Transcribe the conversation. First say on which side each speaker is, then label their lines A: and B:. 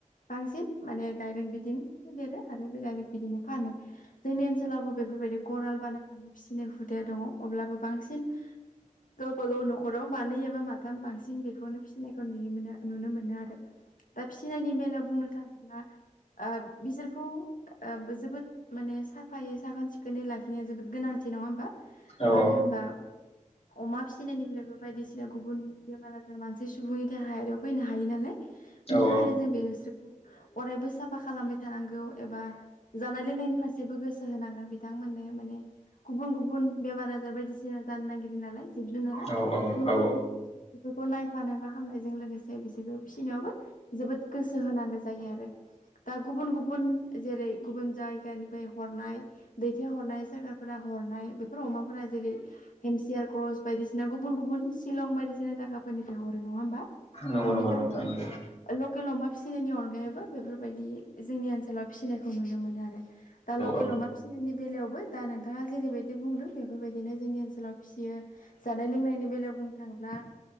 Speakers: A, on the left (about 85°); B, on the left (about 50°).
A: बांसिन माने दडाइरेक्ट बिदिनो फेदेरो आरो बे डायरेक्ट बिदिनो फानो जोंनि ओनसोलावबो बेफोरबायदि गराल बानायनानै फिसिनाय हुदाया दङ अब्लाबो बांसिन गावबाागाव न'खराव मानै एबा माथाम बांसिन बेखौनो फिसिनायखौ नुयो नुनो मोनो आरो दा फिनायनि बेलायाव बुंनो थाङोब्ला ओ बिसोर बेखौ जोबोद माने साफायै साखोन सिखोनै लाखिनाया जोबोद गोनांथि नङा होमबा मानो
B: औ
A: होनबा अमा फिसिनायनिफ्रायबो बायदिसिना गुबुन बेमार मानसे सुबुंनि देहायारियाव फैनो हायो नालाय बिनि
B: औ
A: थाखायनो
B: औ
A: जों बे अरायबो साफा खालामबाय थानांगौ। एबा जानाय लोंनायनि फारसेबो गोसो होनांगोन बिथांमोननो माने गुबुन गुबुन बेमार आजार बायदिसिना जानो नागिरो नालाय। जिब जुनारा
B: औ औ
A: बिनि
B: औ
A: थाखायनो बेफोरखौ नायफा नाय बा खामनायजों लोगोसे बिसोरबो। फिसिनायावबो जोबोद गोसो होनांगौ जायो आरो दा गुबुन गुबुन गुबुन जेरै गुबुन जायगानिफ्राय हरनाय दैथाय हरनाय सोररखारारफोरा हरनाय बेफोर अमाफोरा जेरै हेमसियार क्रस बायदिसिना गुबुन गुबुन सिशलं बायदिसिना जायाफोरनिफ्राय हरो नङा ओमबा?
B: नंगौ
A: बिनि
B: नंगौ
A: थाखायनो
B: नोंथां नंगौ
A: लकेल अमा फिसिनायनि अनगायैबो बेफोरबायदि जोंनि ओ ाव फिसिनायखौ नुनो मोनो आरो दा लकेल
B: औ
A: अमा फिसिनायनि बेलायावबो दा न दा जेरैबायदि बुंदों बेफोरबायदि बिदिनो जोंनि ओनसोलाव फिसियो जानाय लोंनायनि बेलायाव बुंनो थाङोब्ला